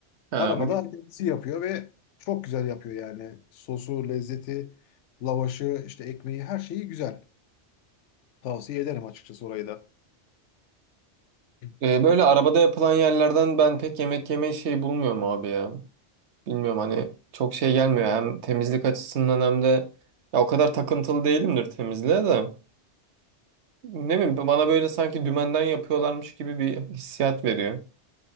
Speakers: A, on the right; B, on the left.
A: Ha,
B: Arabada kendisi yapıyor ve çok güzel yapıyor yani. Sosu, lezzeti, lavaşı, işte ekmeği her şeyi güzel. Tavsiye ederim açıkçası orayı da. Hı.
A: Ee, böyle arabada yapılan yerlerden ben pek yemek yemeyi şey bulmuyorum abi ya. Bilmiyorum hani çok şey gelmiyor. Hem temizlik açısından hem de ya o kadar takıntılı değilimdir temizliğe de. Ne bileyim bana böyle sanki dümenden yapıyorlarmış gibi bir hissiyat veriyor.